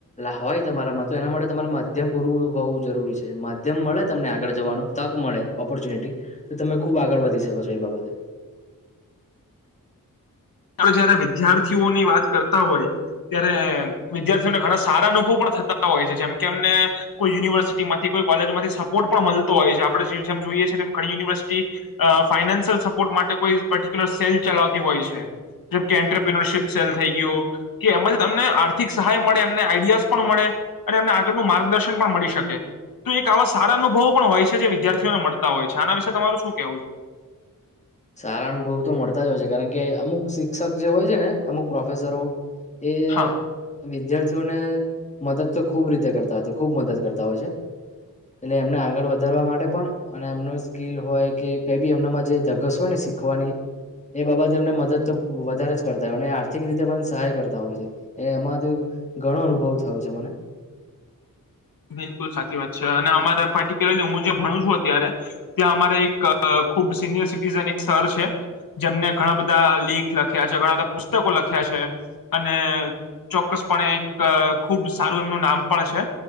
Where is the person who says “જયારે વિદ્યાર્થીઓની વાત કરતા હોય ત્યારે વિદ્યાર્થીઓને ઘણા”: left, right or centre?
Left